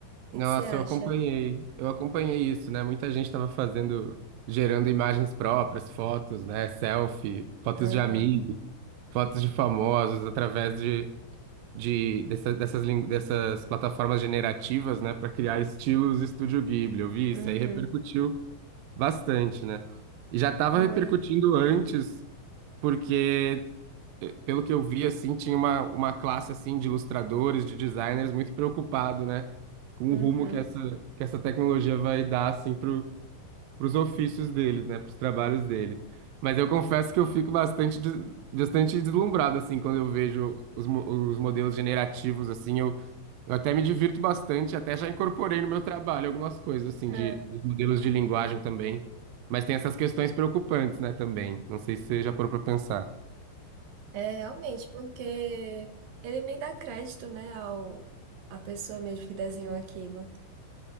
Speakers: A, on the right (about 80°); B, on the right (about 65°).
A: Nossa,
B: que que você acha?
A: eu acompanhei, eu acompanhei isso, né? Muita gente estava fazendo, gerando imagens próprias, fotos, né? Selfie, fotos
B: Aham.
A: de amigos, fotos de famosos, através de, de dessa- dessas, lin- dessas plataformas generativas, né? Para criar estilos Estúdio Ghibli. Eu vi
B: Uhum.
A: isso aí, repercutiu bastante, né? E já estava
B: Oi.
A: repercutindo antes, porque eh, pelo que eu vi, assim, tinha uma, uma classe, assim, de ilustradores, de designers muito preocupado, né? Com
B: Uhum.
A: o rumo que essa, que essa tecnologia vai dar, assim, pro, pros ofícios deles, né? Pros trabalhos deles. Mas eu confesso que eu fico bastante, des- bastante deslumbrado, assim, quando eu vejo os, mo- os modelos generativos, assim, eu, eu até me divirto bastante, até já incorporei no meu trabalho algumas coisas, assim,
B: Ah,
A: de, dos modelos de linguagem também. Mas tem essas questões preocupantes, né, também. Não sei se você já parou para pensar.
B: É, realmente, porque ele nem dá crédito, né, ao, à pessoa mesmo que desenhou aquilo.